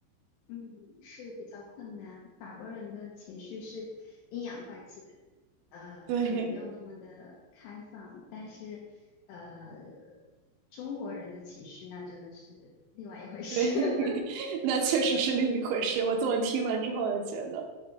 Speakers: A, on the left; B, on the right.
A: 嗯，是比较困难。法国人的情绪是阴阳怪气的，呃，
B: 对
A: 可能没有那么的开放，但是呃，中国人的情绪那真的是另外一回事，
B: <laughs> 对，
A: <laughs>
B: <laughs> 那确实是另一回事。
A: 比较困难。
B: 我这么听了之后，就觉得